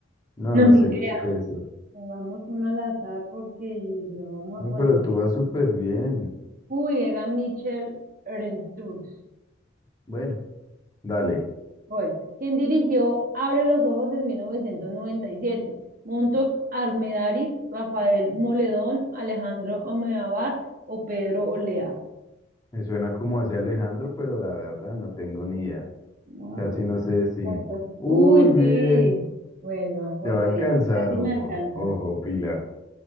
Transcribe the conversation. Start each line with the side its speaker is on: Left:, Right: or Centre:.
Left: No,
Right: no,
Left: no
Right: ni
Left: sé
Right: idea.
Left: qué es eso.
Right: Pongamos una al azar porque no vamos
Left: No,
Right: a poner.
Left: pero tú vas súper bien.
Right: Uy, era Michel Erentxun.
Left: Bueno, dale.
Right: Voy. Quien dirigió Abre los ojos en 1997. Montox Armendariz, Rafael Moledón, Alejandro Amenábar o Pedro Olea.
Left: Me suena como hacia Alejandro, pero la verdad no tengo ni idea.
Right: Vamos
Left: Casi
Right: a poner
Left: no sé
Right: aquí
Left: de cine.
Right: Montox.
Left: Uy,
Right: Uy,
Left: bien.
Right: sí. Bueno, vamos
Left: Te va a
Right: ahí.
Left: alcanzar,
Right: Ya casi
Left: ojo.
Right: me alcanza.
Left: Ojo, Pilar.